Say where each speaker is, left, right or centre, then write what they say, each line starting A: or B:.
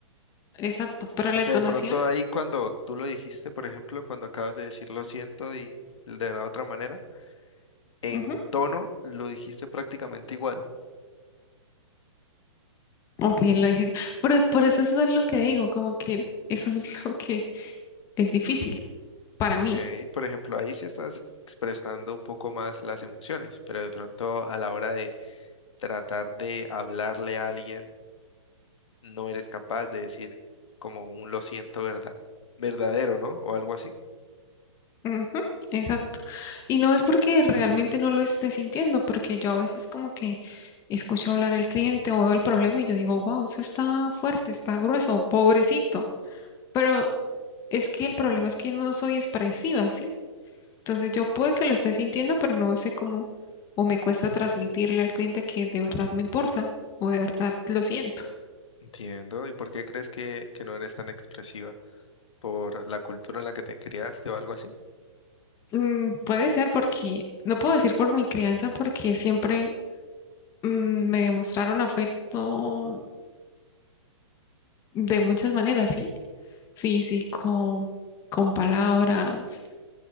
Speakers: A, on the left (about 20°); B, on the left (about 70°).
A: Exacto, pero
B: Porque
A: la entonación,
B: de pronto ahí cuando tú lo dijiste, por ejemplo, cuando acabas de decir lo siento y de la otra manera, en
A: ujú,
B: tono lo dijiste prácticamente igual,
A: ok, lo dije, pero por eso es lo que digo, como que eso es <laughs> lo que es difícil para
B: ¿ok?
A: mí,
B: Por ejemplo, ahí sí estás expresando un poco más las emociones, pero de pronto a la hora de tratar de hablarle a alguien, no eres capaz de decir como un lo siento verdad, verdadero, ¿no? O algo así.
A: ujú, exacto, y no es porque realmente no lo esté sintiendo, porque yo a veces como que escucho hablar el cliente o veo el problema y yo digo, wow, eso está fuerte, está grueso, pobrecito, pero es que el problema es que no soy expresiva, ¿sí? Entonces yo puede que lo esté sintiendo, pero no sé cómo o me cuesta transmitirle al cliente que de verdad me importa o de verdad lo siento.
B: Entiendo. ¿Y por qué crees que, que no eres tan expresiva? ¿Por la cultura en la que te criaste o algo así?
A: Mm, puede ser porque, no puedo decir por mi crianza, porque siempre mm, me demostraron afecto de muchas maneras, ¿sí? Físico, con palabras.